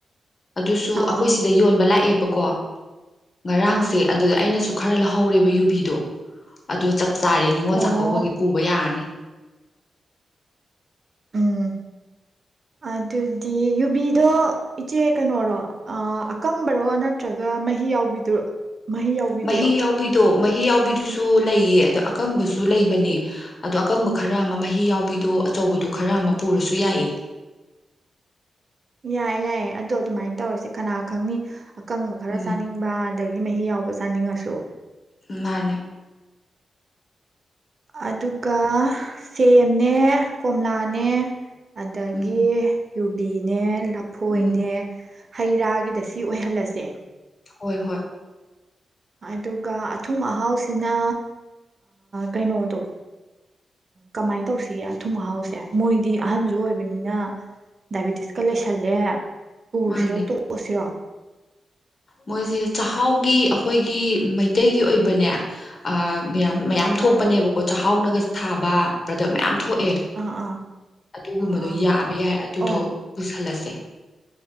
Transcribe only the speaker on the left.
ꯑꯗꯨꯁꯨ
ꯑꯩꯈꯣꯏ
ꯁꯤꯗ ꯌꯣꯟꯕ ꯂꯥꯛꯑꯦꯕꯀꯣ ꯉꯔꯥꯡꯁꯦ
ꯑꯗꯨꯗ ꯑꯩꯅꯁꯨ ꯈꯔ ꯂꯧꯍꯧꯔꯦꯕ ꯌꯨꯕꯤꯗꯣ ꯑꯗꯣ ꯆꯥꯔꯦ ꯅꯤꯡꯉꯣꯜ ꯆꯥꯛꯀꯧꯕꯒꯤ
ꯄꯨꯕ ꯌꯥꯔꯅꯤ
ꯃꯍꯤ ꯌꯥꯎꯕꯤꯗꯣ ꯃꯍꯤ ꯌꯥꯎꯕꯤꯗꯨꯁꯨ ꯂꯩꯌꯦ ꯑꯗ ꯑꯀꯪꯕꯁꯨ ꯂꯩꯕꯅꯦ ꯑꯗꯣ ꯑꯀꯪꯕ ꯈꯔ ꯑꯃ ꯃꯍꯤ ꯌꯥꯎꯕꯤꯗꯣ ꯑꯆꯧꯕꯗꯣ ꯈꯔ ꯑꯃ ꯄꯨꯔꯁꯨ ꯌꯥꯏꯌꯦ
ꯎꯝ
ꯃꯥꯅꯦ
ꯎꯝ
ꯎꯝ
ꯍꯣꯏ ꯍꯣꯏ
ꯃꯥꯅꯦ
ꯃꯣꯏꯁꯦ ꯆꯥꯛꯍꯥꯎꯒꯤ ꯑꯩꯈꯣꯏꯒꯤ ꯃꯩꯇꯩꯒꯤ ꯑꯣꯏꯕꯅꯦ ꯑ ꯃꯌꯥꯝ ꯃꯌꯥꯝ
ꯊꯣꯛꯄꯅꯦꯕꯀꯣ ꯆꯥꯛꯍꯥꯎꯅꯒ ꯊꯥꯕ ꯄ꯭ꯔꯗꯛ ꯃꯌꯥꯝ ꯊꯣꯛꯑꯦ
ꯑꯗꯨꯒꯨꯝꯕꯗꯣ
ꯌꯥꯕ ꯌꯥꯏ ꯑꯗꯨꯗꯣ
ꯄꯨꯁꯜꯂꯁꯦ